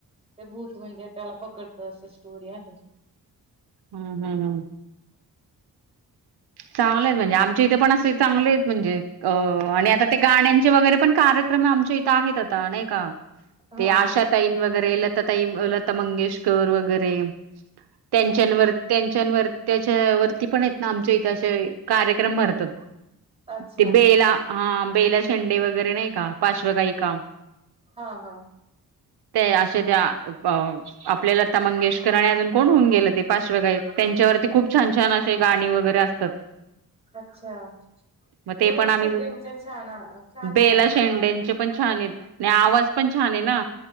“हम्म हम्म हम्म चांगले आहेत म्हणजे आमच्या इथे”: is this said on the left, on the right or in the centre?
Right